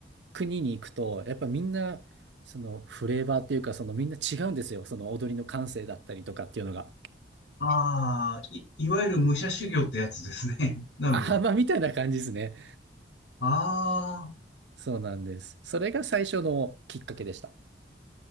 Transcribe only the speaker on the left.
あ、ああ、い、いわゆる武者修行ってやつですね。<laughs> なるほど。
あ